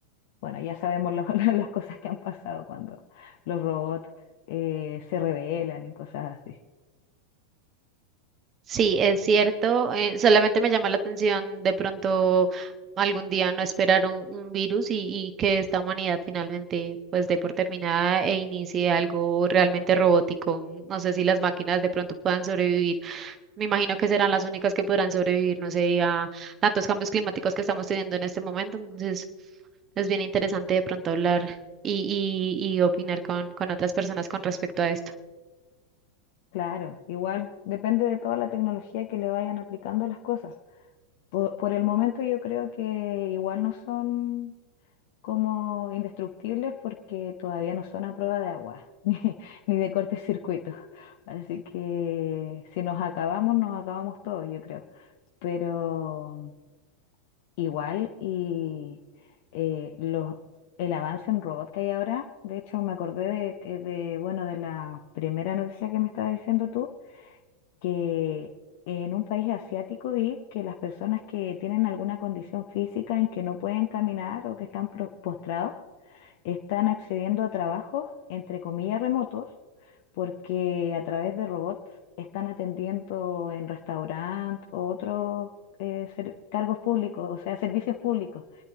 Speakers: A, on the left; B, on the right.
A: bueno, ya sabemos lo- <laughs> las cosas que han pasado cuando los robots eh, se rebelan y cosas así.
B: Sí, es cierto. eh, solamente me llama la atención de pronto algún día no esperar un, un virus y, y que esta humanidad finalmente pues dé por terminada e inicie algo realmente robótico. No sé si las máquinas de pronto puedan sobrevivir. Me imagino que serán las únicas que podrán sobrevivir, no sé, a tantos cambios climáticos que estamos teniendo en este momento. Entonces, es bien interesante de pronto hablar y, y, y opinar con, con otras personas con respecto a esto.
A: Claro, igual depende de toda la tecnología que le vayan aplicando las cosas. Por, por el momento yo creo que igual no son como indestructibles porque todavía no son a prueba de agua <laughs> ni, ni de cortocircuitos. Así que si nos acabamos, nos acabamos todos, yo creo. Pero igual y eh, los, el avance en robot que hay ahora, de hecho me acordé de, que- de, bueno, de la primera noticia que me estabas diciendo tú, que en un país asiático vi que las personas que tienen alguna condición física en que no pueden caminar o que están pro- postrados, están accediendo a trabajos, entre comillas, remotos, porque a través de robots están atendiendo en restaurantes o otros eh, ser- cargos públicos, o sea, servicios públicos.